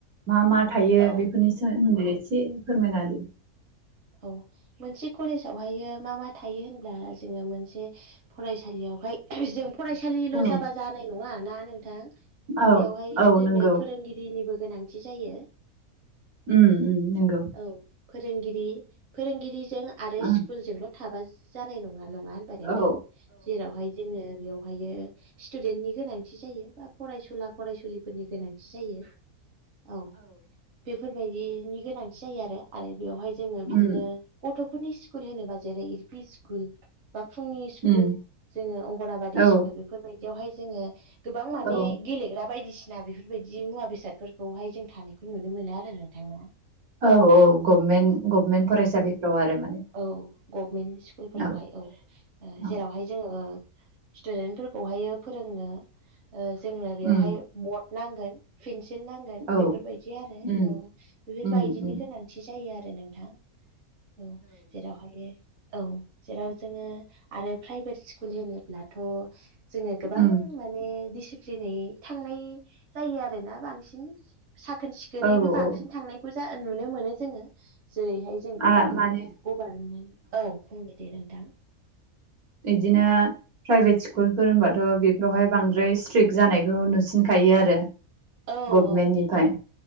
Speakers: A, on the right; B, on the right.
A: मा मा थायो
B: औ
A: बेफोरनि सोमोन्दै एसे फोरमायना होदो।
B: औ मोनसे कलेजावहायो मा मा थायो होनब्ला जोङो मोनसे फरायसालियावहाय जों फरायसालिल'
A: होदो।
B: जाबा जानाय नङा ना नोंथां।
A: औ
B: बेवहाय
A: औ
B: जोंनो
A: नंगौ
B: फोरोंगिरिनिबो गोनांथि जायो।
A: उम। उम नंगौ
B: औ फोरोंगिरि फोरोंगिरिजों आरो
A: औ
B: स्कुलजोंल' थाबा जानाय नङा नङा होनबा नोंथां
A: औ
B: जेरावहाय जोङो बेवहायो स्टुदेन्टनि गोनांथि जायो बा फरायसुला फरायसुलिफोरनि गोनांथि जायो। औ बेफोरबायदिनि गोनांथि जायो आरो आरो बेवहाय जोङो बिदिनो
A: उम
B: गथ'फोरनि स्कुल होनोबा जेरै एल पि स्कुल बा फुंनि स्कुल
A: उम
B: जोङो अंगनाबादि
A: औ
B: स्कुल बेफोरबायदियावहाय जोङो गोबां माने
A: औ
B: गेलेग्रा बायदिसि ना बेफोरबायदि मुवा बेसादफोरखौहाय जों थानायखौ नुनो मोनो आरो नोंथांना।
A: औ औ गभमेन्ट गभमेन्ट फरायसालिफ्राव आरो माने।
B: औ गभमेन्ट स्कुलफोरावहाय
A: औ
B: औ।
A: औ
B: जेरावहाय जोङो स्टुदेन्ट फोरखौहायो फोरोंनो जोंनो बेवहाय
A: उम
B: बट नांगोन। पेन्सिल नांगोन
A: औ
B: बेफोरबायदि आरो
A: उम
B: औ बेफोरबायदिनि
A: उम उम
B: गोनांथि जायो आरो नोंथां। औ जेरावहायो औ जेराव जोङो आरो प्राइभेट स्कुल होनोब्लाथ' जोङो गोबां
A: उम
B: माने दिसिप्लिनै थांनाय जायो आरोना बांसिन साखोन सिखोनैबो
A: औ
B: बांसिन
A: औ
B: थांनायखौ जा नुनो मोनो जोङो जेरैहाय जों गभार्नमेन्ट
A: आ माने
B: गभार्नमेन्टनि औ बुंदों दे नोंथां।
A: बिदिनो प्राइभेट स्कुलफोर होनबाथ' बेफोरावहाय बांद्राय स्ट्रिक जानायखौ नुसिनखायो आरो।
B: औ
A: गभमेन्टनिफ्राय
B: औ नोंथां